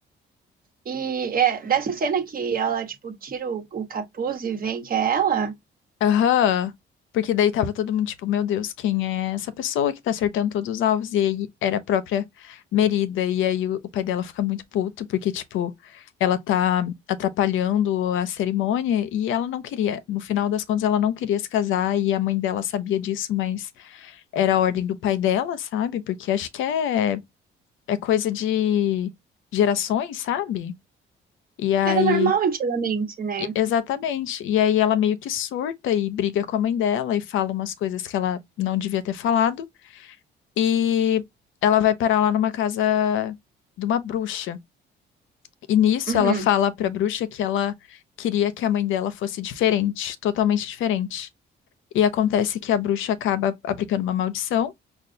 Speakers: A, on the right; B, on the left.
A: E é, dessa cena que ela, tipo, tira o, o capuz e vem que é ela,
B: Aham. Porque daí tava todo mundo tipo, meu Deus, quem é essa pessoa que tá acertando todos os alvos? E aí era a própria Merida. E aí o, o pai dela fica muito puto, porque, tipo, ela tá atrapalhando a cerimônia e ela não queria. No final das contas, ela não queria se casar e a mãe dela sabia disso, mas era a ordem do pai dela, sabe? Porque acho que é, é coisa de gerações, sabe? E aí.
A: era normal antigamente, né?
B: E- Exatamente. E aí ela meio que surta e briga com a mãe dela e fala umas coisas que ela não devia ter falado. E ela vai parar lá numa casa de uma bruxa. E nisso
A: Uhum.
B: ela fala pra bruxa que ela queria que a mãe dela fosse diferente, totalmente diferente. E acontece que a bruxa acaba aplicando uma maldição